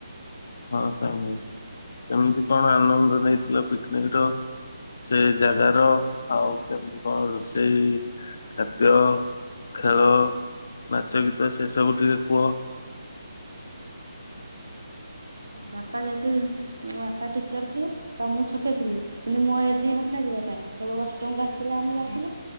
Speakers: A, on the left; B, on the right.
A: ହଁ ସାଙ୍ଗ କେମିତି କଣ ଆନନ୍ଦ ନେଇଥିଲ ପିକନିକ ର। ସେ ଜାଗାର ଆଉ କେମିତି କଣ ରୋଷେଇ ଖାଦ୍ୟ ଖେଳ ନାଚ ଗୀତ ସେ ସବୁ ଟିକେ କୁହ।
B: ବାପା ଯେହେତୁ ମୋ ବାପା ଟିଚର ଥିଲେ। ତ ମୁଁ ଛୋଟ ଥିଲି କିନ୍ତୁ ମୋ ଏଜି ହିଁ ନଥିଲା ଯିବା ପାଇଁ ସବୁ ଅଷ୍ଟମ କ୍ଲାସ ପିଲାମାନେ ଯାଇଥିଲେ।